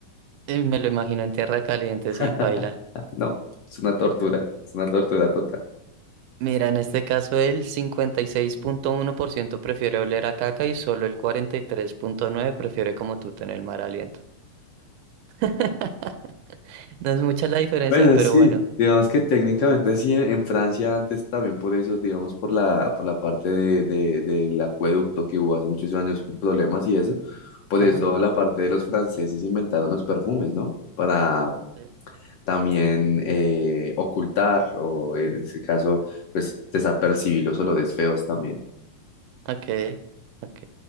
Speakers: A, on the right (about 80°); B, on the left (about 65°).
A: Eh, Me lo imagino en tierra caliente,
B: <laughs>
A: sí, paila.
B: No, es una tortura, es una tortura total.
A: Mira, en este caso el cincuenta y seis punto uno por ciento prefiere oler a caca y solo el 43.9% prefiere como tú tener mal aliento. <laughs> No es mucha la diferencia,
B: Bueno,
A: pero
B: sí,
A: bueno.
B: digamos que técnicamente sí, en en Francia antes también por eso, digamos por la, por la parte de, de- del acueducto que hubo hace muchos años, problemas y eso, por
A: Ajá.
B: eso la parte de los franceses inventaron los perfumes, ¿no? Para
A: Sí.
B: también eh, ocultar o en ese caso, pues desapercibir los olores feos también.
A: Ok, ok.